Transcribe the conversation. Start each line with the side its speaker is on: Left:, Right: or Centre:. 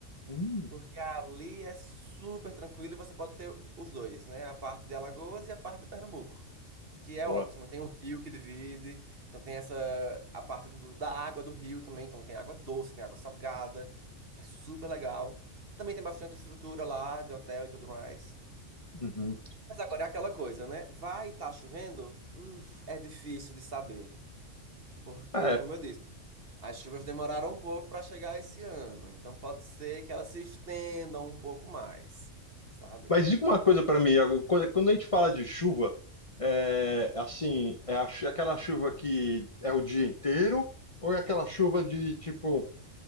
Left: Hum,
Right: porque ali é super tranquilo e você pode ter os dois, né? A parte de Alagoas e a parte de Pernambuco, que é
Left: boa.
Right: ótimo. Tem um rio que divide, então tem essa a parte do- da água do rio também, então tem água doce, tem água salgada. É super legal. Também tem bastante estrutura lá de hotel e tudo mais.
Left: Uhum.
Right: Mas agora é aquela coisa, né? Vai estar chovendo? Hum, é difícil de saber. Porque,
Left: É,
Right: como eu disse, as chuvas demoraram um pouco para chegar esse ano, então pode ser que elas se estendam um pouco mais, sabe?
Left: mas diga uma coisa para mim, Iago. Quando, quando a gente fala de chuva, é assim, é a chu- aquela chuva que é o dia inteiro, ou é aquela chuva de tipo,